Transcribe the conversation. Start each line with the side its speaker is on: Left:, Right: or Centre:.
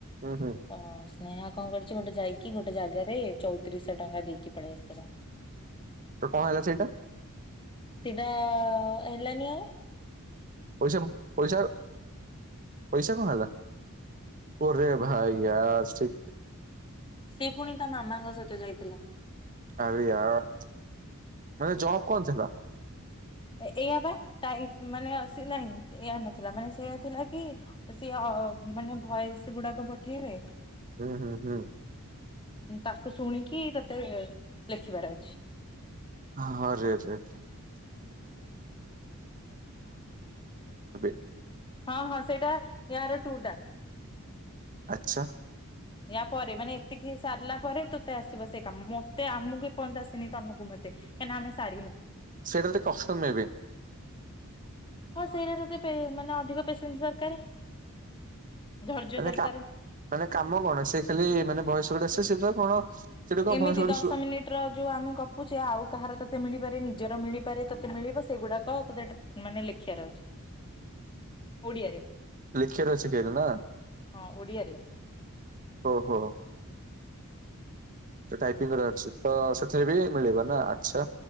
Right: ହୁଁ ହୁଁ।
Left: ତ ସ୍ନେହା କଣ କରିଛି ଗୋଟେ ଯାଇକି ଗୋଟେ ଜାଗାରେ ଚଉତିରିଶ ଶହ ଟଙ୍କା ଦେଇକି ପଳେଇ ଆସିଥିଲା।
Right: ତ କଣ ହେଲା ସେଇଟା।
Left: ସେଇଟା ହେଲାନି ଆଉ।
Right: ପଇସା ପଇସା ପଇସା କଣ ହେଲା ଓରେ ଭାଇ ୟାର୍ ସେଟ୍।
Left: ସେ ପୁଣି ତା ମାମାଙ୍କ ସହିତ ଯାଇଥିଲା।
Right: ଆରେ ୟାର୍ ମାନେ ଜବ୍ କଣ ଥିଲା?
Left: ଏଇଆ ବା ମାନେ ଏୟା ନଥିଲା ମାନେ ସେୟା ଥିଲକି? ସିଏ ଅ ଅ ମାନେ ଭୟେସ୍ ଗୁଡାକ ପଠେଇବେ।
Right: ହୁଁ ହୁଁ ହୁଁ
Left: ତାକୁ ଶୁଣିକି ତତେ ଲେଖିବା ର ଅଛି।
Right: ଆରେ ରେ <unintelligible>
Left: ହଁ ହଁ ସେଇଟା ୟାର ଟୁ ଟା।
Right: ଆଛା।
Left: ୟା ପରେ ମାନେ ଏତିକି ସାରିଲା ପରେ ତୁ ତେ ଆସିବ ସେ କାମ ମତେ ଆମକୁ ଏ ପର୍ଯ୍ୟନ୍ତ ଆସିନି ତନକୁ ମତେ ଏନା ଆମେ ସରିନୁ।
Right: ସେଇଟା ଯଦି କଷ୍ଟ ମେଁବି।
Left: ହଁ ସେଇଟା ଯଦି ପେ ମାନେ ଅଧିକ ପେସେନ୍ସ୍ ଦର୍କାରେ ଧର୍ଯ୍ୟ
Right: ମାନେ
Left: ଦର୍କାର।
Right: କା ମାନେ କାମ କଣ ସେ ଖାଲି ମାନେ ବୟସ ଟେ ଆସେ ସେ ଜ କଣ? ସେଠି କଣ
Left: ଏମିତି
Right: ଭଏସ ଗୋଟେ
Left: ଦଶ
Right: ଶୁ
Left: ମିନିଟ। ଯୋଉ ଆମେ ଗପୁଛେ ଆଉ କାହାର ତୋତେ ମିଳିପାରେ ନିଜର ମିଳିପାରେ ତତେ ମିଳିବ ସେଗୁଡାକ ତତେ ଟା ମାନେ ଲେ ଲେଖିବାର ଅଛି। ଓଡିଆରେ
Right: ଲିଖ୍ ବାର ଅଛି କେବଳ ନା
Left: ହଁ ଓଡିଆରେ
Right: ଓହୋ। ଟାଇପିଙ୍ଗି କରିବାର ଅଛି ତ ସେଥିରେ ବି ମିଳିବ ନା ଆଛା।